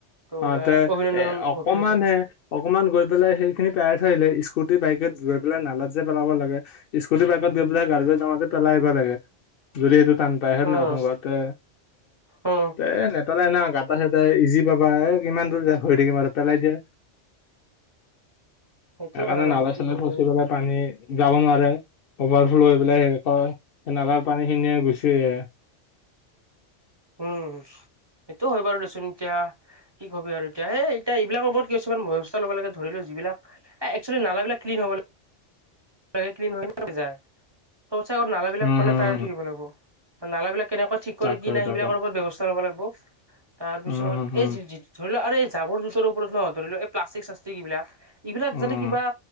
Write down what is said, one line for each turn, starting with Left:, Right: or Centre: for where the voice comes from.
Right: তোৰ
Left: অ তে
Right: অভিনন্দন
Left: এ অকমান
Right: হোটেলৰ চাইডে
Left: হে অকমান গৈ পেলাই সেই সেই খিনি পেলাই থৈ আহিলে স্কুটি বাইকত গৈ পেলাই নালাত যে পেলাব লাগে স্কুটি বাইকত গৈ পেলাই গাৰডী জমাত পেলাই আহিব লাগে যদি সেইটো টান পায় হয় নহয়
Right: উম
Left: প্ৰসংগতে
Right: উম
Left: তে তে পেলাই না গাতা চাই ইজি পাবা এ কিমান দূৰ যে হৈ থাকিম আৰু পেলাই দিয়া
Right: সেইটো
Left: সেইকাৰণে
Right: হয় বাৰু
Left: নালা
Right: কি
Left: চালা
Right: কবি
Left: ফচি
Right: আৰু।
Left: পেলাই পানী যাব নোৱাৰে অভাৰ ফ্ল' হৈ পেলাই সেই ক নালাৰ পানী খিনিয়ে গুচি আহে
Right: উম সেইটো হয় বাৰু দেচোন এতিয়া কি কবি আৰু এতিয়া এ এতিয়া এইবিলাক ওপৰত কিছুমান ব্যৱস্থা ল'ব লাগে ধৰিলো যিবিলাক এ এক্সচুয়েলি নালা বিলাক ক্লিন হ'ব লাগে ভালকে ক্লিন হৈ যায় সৌচা নালাবিলাক
Left: উম
Right: মানে
Left: হম
Right: প্ৰায়ৰিটি
Left: হম
Right: দিব লাগিব নালাবিলাক কেনেকৈ কি কৰে
Left: তাকে
Right: কি নাই
Left: তাকে
Right: সেইবিলাকৰ ওপৰত ব্যৱস্থা ল'ব লাগিব তাৰ পিছত
Left: উম হম হম
Right: এই ধৰি লোৱা আৰু এই জাবৰ জোথৰ ওপৰত ন ধৰি ল এই প্লাষ্টিক চাষ্টিক এইবিলাক এইবিলাক
Left: উম
Right: যাতে কিবা